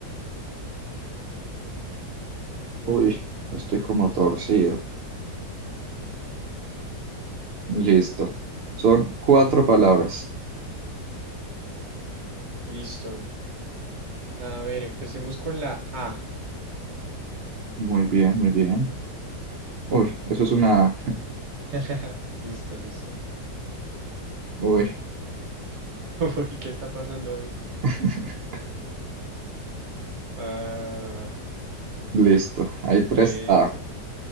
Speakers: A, on the right; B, on the right.
A: Uy, estoy como torcido. Listo. Son cuatro palabras.
B: Listo. A ver, empecemos con la A.
A: Muy bien, muy bien. Uy, eso es una...
B: <laughs> Listo, listo.
A: Uy,
B: <laughs> Uy, ¿qué está pasando hoy?
A: <laughs>
B: Ah,
A: listo. Hay tres
B: eso.
A: A.